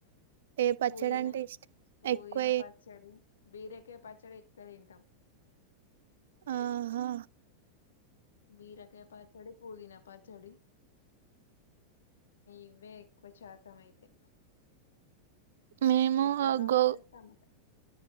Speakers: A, on the right; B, on the left.
A: ఏ పచ్చడి
B: పుదీనా,
A: అంటే ఇష్టం
B: పుదీనా
A: ఎక్కువ
B: పచ్చడి బీరకాయ పచ్చడి ఎక్కువ తింటాం.
A: ఆహా
B: బీరకాయ పచ్చడి, పుదీనా పచ్చడి ఇవే ఎక్కువ శాతం అయితే
A: మేము
B: ఎప్పుడన్నా
A: గో
B: ఒకసారి టమాట